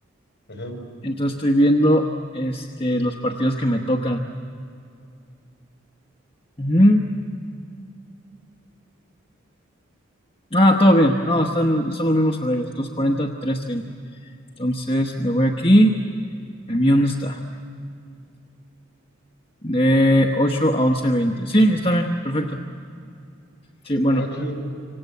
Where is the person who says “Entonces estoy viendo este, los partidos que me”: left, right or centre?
Left